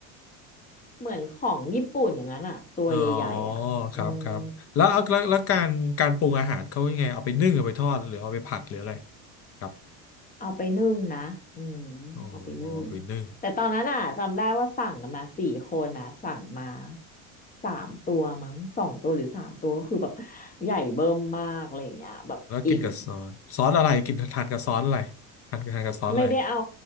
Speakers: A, on the left; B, on the left.
A: เหมือนของญี่ปุ่นอย่างนั้นอะตัวใหญ่ๆอะอืม
B: อ๋อครับครับแล้วแล้วแล้วแล้วการการปรุงอาหารเขายังไงเอาไปนึ่งเอาไปทอดหรือเอาไปผัดหรืออะไรครับ
A: เอาไปนึ่งนะอืม
B: โอ้เอาไปนึ่ง
A: เอาไปนึ่งแต่ตอนนั้นอ่ะจำได้ว่าสั่งกันมาสี่คนนะสั่งมาสามตัวมั้งสองตัวหรือสามตัวก็คือแบบใหญ่เบิ่มมากอะไรอย่างเงี้ยแบบอิ่ม
B: แล้วกินกับซอสซอสอะไรกินทานกับซอสอะไรทานทานกับซอสอะไร
A: ไม่ได้เอา